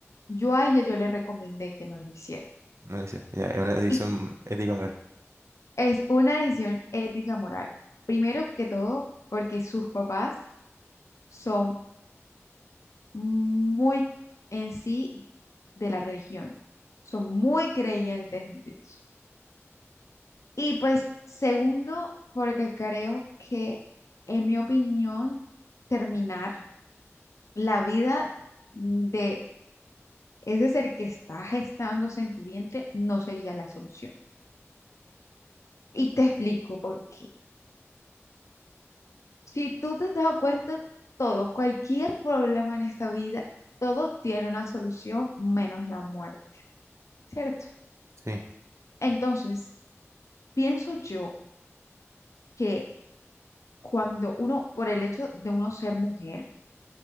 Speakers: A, on the left (about 75°); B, on the right (about 70°).
A: yo a ella yo le recomendé que no lo hiciera.
B: no decía, ya, es una decisión
A: Y
B: ética moral.
A: es una decisión ética moral. Primero que todo, porque sus papás son muy en sí de la religión. Son muy creyentes en Dios. Y pues segundo, porque creo que, en mi opinión, terminar la vida de ese ser que está gestándose en tu vientre no sería la solución. Y te explico por qué. Si tú te has dado cuenta, todo, cualquier problema en esta vida, todo tiene una solución menos la muerte, ¿cierto?
B: Sí.
A: Entonces, pienso yo que cuando uno, por el hecho de uno ser mujer,